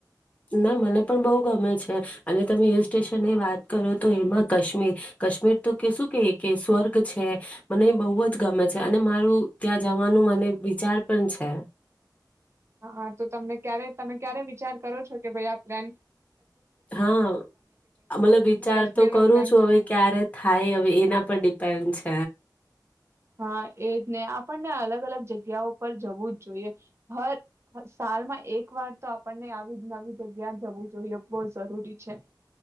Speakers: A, on the left; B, on the right.
A: ના મને પણ બહુ ગમે છે અને તમે હિલ સ્ટેશનની વાત કરો તો એમાં કાશ્મીર કાશ્મીર તો કે શું કે કે સ્વર્ગ છે મને એ બહુ જ ગમે છે અને મારું ત્યાં જવાનું મને વિચાર પણ છે.
B: હા હા તો તમને ક્યારે તમે ક્યારે વિચાર કરો છો કે ભાઈ આ પ્લન
A: હા મતલબ વિચાર
B: કાશ્મીર
A: તો કરું
B: નો પ્લાન
A: છું હવે ક્યારે થાય હવે એના પર ડિપેન્ડ છે.
B: હા એજ ને આપણને અલગ અલગ જગ્યાઓ પર જવું જ જોઈએ. હર સાલમાં એક વાર તો આપણને આવી જ નવી આવી જગ્યા જવું જોઈએ બહુ જરૂરી છે.